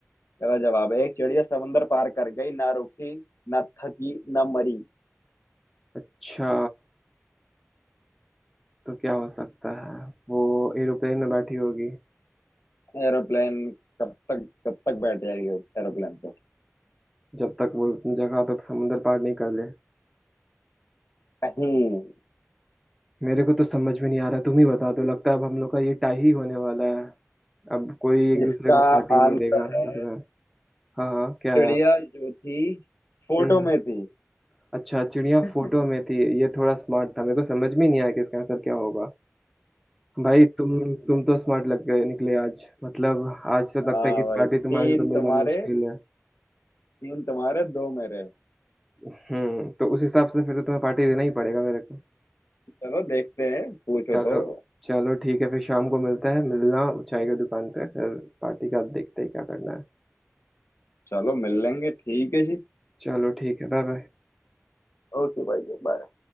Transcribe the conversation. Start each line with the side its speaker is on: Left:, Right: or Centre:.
Left: गलत जवाब है एक चिड़िया समंदर पार कर गई ना रुकी ना थकी ना मरी
Centre: अच्छा तो क्या हो सकता है वो एरोप्लेन में बैठी होगी
Left: एरोप्लेन कब तक कब तक बैठ जाएगी एरोप्लेन पे
Centre: जब तक वो अपनी जगह पे समुंदर पार नहीं कर ले
Left: नहीं
Centre: मेरे को तो समझ में नहीं आ रहा तुम ही बता दो लगता है अब हम लोग का ये टाई ही होने वाला है अब कोई एक
Left: इसका
Centre: दूसरे को पार्टी
Left: आंसर
Centre: नहीं देगा लग
Left: है
Centre: रहा है हाँ हाँ क्या
Left: चिड़िया
Centre: है
Left: जो थी फोटो
Centre: हम्म हम्म।
Left: में थी
Centre: अच्छा चिड़िया
Left: <laughs>
Centre: फोटो में थी ये थोड़ा स्मार्ट था मेरे को समझ में नहीं आया कि इसका आंसर क्या होगा भाई तुम तुम तो स्मार्ट लग गए निकले आज मतलब आज तो
Left: हाँ
Centre: लगता है कि
Left: भाई
Centre: पार्टी
Left: तीन
Centre: तुम्हारे से तो
Left: तुम्हारे
Centre: मिलना मुश्किल है
Left: तीन तुम्हारे दो मेरे
Centre: हम्म तो उस हिसाब से फिर तो तुम्हें पार्टी देना ही पड़ेगा मेरे को
Left: चलो देखते हैं पूछो
Centre: चलो
Left: तो
Centre: चलो ठीक है फिर शाम को मिलते हैं मिलना चाय की दुकान पे फिर पार्टी का देखते हैं क्या करना है
Left: चलो मिल लेंगे ठीक है जी
Centre: चलो ठीक है बाय बाय
Left: ओके भाई बाय